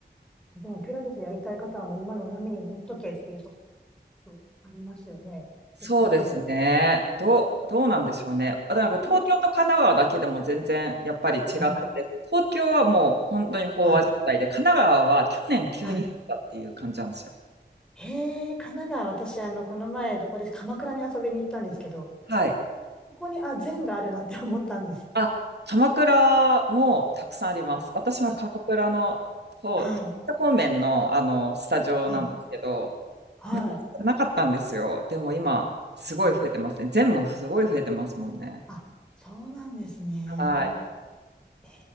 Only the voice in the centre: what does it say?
でもピラティスやりたい方はもう今の波に乗っとけっていうところありますよね。せっかく。
<laughs> はい、
はい、
はい。へえ、神奈川、私、あの、この前、どこです、鎌倉に遊びに行ったんですけど、
ここに、あ、禅があるなって思ったんです。
あはい、
はい、は
い。え
あ、そうなんですね。
え